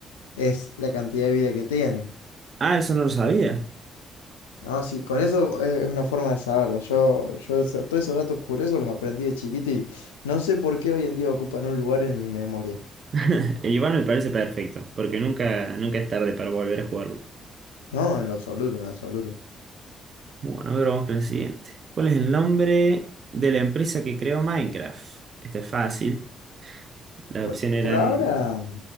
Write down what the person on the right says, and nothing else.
Ah, eso no lo sabía.
<laughs> Igual me parece perfecto, porque nunca, nunca es tarde para volver a jugarlo.
Bueno, ahora vamos con el siguiente. ¿Cuál es el nombre de la empresa que creó Minecraft? Este es fácil. Las
opciones
eran...